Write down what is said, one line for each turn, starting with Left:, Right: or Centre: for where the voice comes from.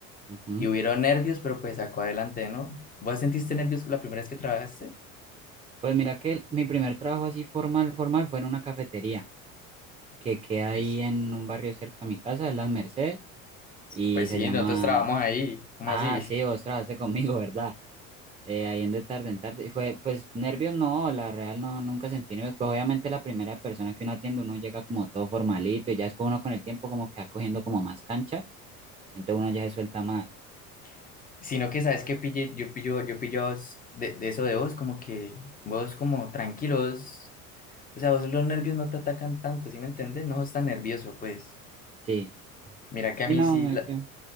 Right: ujú.
Left: Y hubieron nervios, pero pues sacó adelante, ¿no? ¿Vos sentiste nervios la primera vez que trabajaste?
Right: Pues mira que el- mi primer trabajo así formal, formal, fue en una cafetería que queda
Left: Pues
Right: ahí en un barrio cerca a mi casa, en Las Mercedes, y
Left: pues
Right: se
Left: sí,
Right: llama...
Left: nosotros trabajamos ahí, ¿cómo
Right: Ah,
Left: así?
Right: sí, vos trabajaste conmigo, <laughs> ¿verdad? Eh, ahí en de tarde en tarde. Y fue, pues, nervios no, la real no, nunca sentí nervios. Pues obviamente la primera persona que uno atiende, uno llega como todo formalito y ya después uno con el tiempo como que va cogiendo como más cancha, entonces uno ya se suelta más.
Left: <laughs> Sino que sabes que pille, yo pillo, yo pillo a vos de, de eso de vos, como que vos como tranquilos O sea, vos los nervios no te atacan tanto, ¿sí me entiendes? No estás nervioso, pues.
Right: Sí,
Left: Mira
Right: sí,
Left: que a mí
Right: no,
Left: sí,
Right: me,
Left: la,
Right: me-